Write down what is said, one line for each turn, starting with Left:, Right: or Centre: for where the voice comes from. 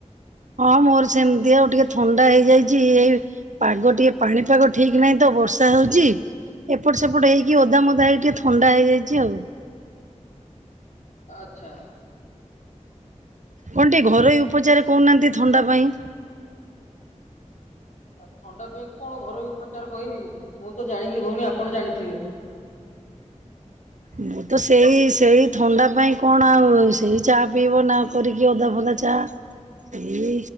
Right: ହଁ ମୋର ସେମତି ଆଉ ଟିକେ ଥଣ୍ଡା ହେଇଯାଇଚି ଏଇ ପାଗ ଟିକେ ପାଣିପାଗ ଠିକ ନାହିଁ ତ। ବର୍ଷା ହଉଚି। ଏପଟ ସେପଟ ହେଇକି ଓଦା ମୋଦା ହେଇକି ଟିକେ ଥଣ୍ଡା ହେଇଯାଇଛି ଆଉ।
Left: ଆଚ୍ଛା।
Right: କଣ ଟିକେ ଘରୋଇ ଉପଚାର କହୁନାହାନ୍ତି ଥଣ୍ଡା ପାଇଁ?
Left: ଆଉ ଥଣ୍ଡା ପାଇଁ କଣ ଘରୋଇ ଉପଚାର କହିବି? ମୁଁ ତ ଜାଣିନି ଭଉଣୀ ଆପଣ ଜାଣିଥିବେ।
Right: ମୁଁ ତ ସେଇ ସେଇ ଥଣ୍ଡା ପାଇଁ କଣ ଆଉ ସେଇ ଚା ପିଇବ ନା କରିକି। ଅଦା ଫଦା ଚା ଚା ସେଇ